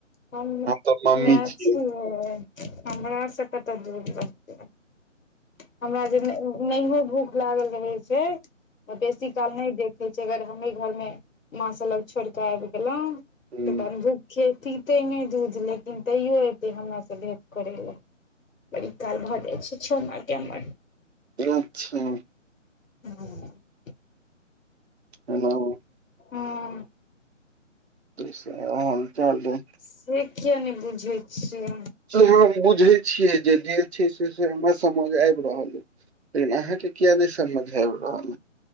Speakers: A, on the left (about 90°); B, on the right (about 55°).
A: हम
B: तऽ
A: <inaudible>
B: मम्मी
A: माँ
B: छियै
A: छी हमरा से कतह झूठ बाजते <inaudible> हमरा जे दिन नहियो भूख लागल रहे छै बेसी काल नहि देख कहै छै अगर हमरे घरमे माँ स लग छोड़िक आबि गेलहुँ
B: हुँ,
A: पतै नहि दूध लेकिन तैयो एतै हमरा स भेट करै लए बड़ी काल भऽ जाइ छै <unintelligible>
B: <unintelligible>
A: <unintelligible>
B: <unintelligible>
A: हँ <inaudible>
B: <unintelligible>
A: से किया नहि बुझै छियै
B: तोइओ हम बुझैत छियै जे देल छै से से हमरा समझ आबि रहल अ लेकिन अहाँके किएक नहि समझमे आबि रह